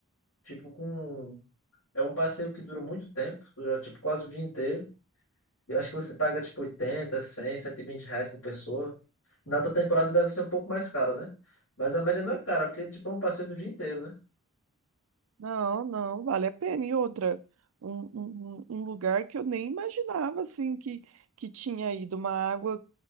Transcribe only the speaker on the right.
Não, não, vale a pena. E outra, um, um, um um lugar que eu nem imaginava, assim, que, que tinha ido uma água